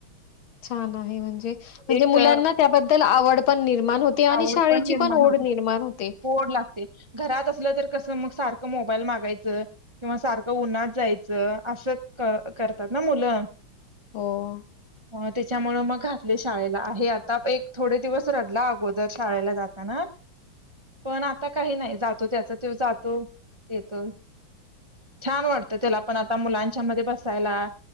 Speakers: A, on the left; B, on the right.
A: छान आहे म्हणजे. म्हणजे
B: एक
A: मुलांना
B: अ,
A: त्याबद्दल आवड पण निर्माण होते आणि
B: आवड
A: शाळेची
B: पण निर्माण
A: ओढ
B: होते.
A: निर्माण होते.
B: ओड लागते. घरात असलं तर कस तर मग सारखं मोबाईल मागायच. किवा सारखं उन्हात जायचं. अस करतात ना. मुल मूल
A: हो.
B: हा तेच. त्यामुळे मग घातलं शाळेला. आहे आता एक थोडे दिवस रडला अगोदर. दर शाळेला जाताना. पण आता काही नाही जातो त्याच तोच जातोय-येतोय. छान वाटतं त्याला पण आता मुलांच्या मध्ये बसायला.